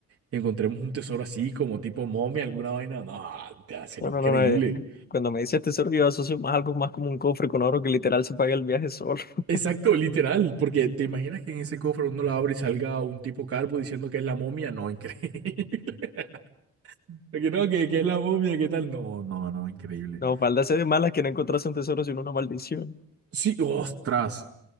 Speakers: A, on the right; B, on the left.
A: y encontremos un tesoro así como tipo momia, alguna vaina? No, te va a ser
B: Bueno,
A: increíble.
B: no, no, no, eh, Cuando me dices tesoro, yo asocio más algo más como un cofre con oro que literal se paga el viaje solo. <laughs>
A: Exacto, literal, porque te imaginas que en ese cofre uno lo abre y salga un tipo calvo diciendo que es la momia, no, increíble. <laughs> Que no, que, que es la momia, ¿qué tal? No, no, no, increíble.
B: No, falda ser de malas que no encontrase un tesoro sino una maldición.
A: Sí, ostras,